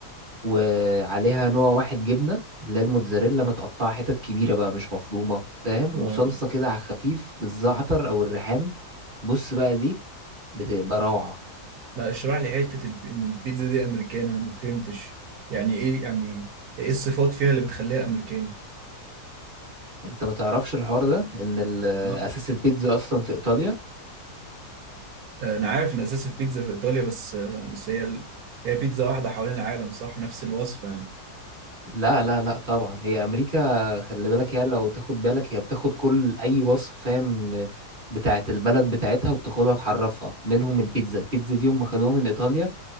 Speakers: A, on the right; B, on the right.
A: وعليها نوع واحد جبنة اللي هي الموتزاريلا متقطعة حتت كبيرة بقى مش مفرومة فاهم
B: اه
A: وصلصة كده على الخفيف بالزعتر أو الريحان بص بقى دي بتبقى روعة
B: لا اشرح لي حته الب... ان البيتزا دي امريكان انا ما فهمتش يعني ايه يعني ايه الصفات فيها اللي بتخليها امريكاني
A: انت ما تعرفش الحوار ده ان ال-
B: لا
A: اساس البيتزا اصلا في ايطاليا
B: انا عارف ان اساس البيتزا في ايطاليا بس بس هي ال... هي بيتزا واحده حوالين العالم صح نفس الوصفه يعني
A: لا لا لا طبعا هي امريكا خلي بالك هي لو تاخد بالك هي بتاخد كل اي وصف فاهم بتاعت البلد بتاعتها وتاخدها تحرفها منهم البيتزا البيتزا دي هم خدوها من ايطاليا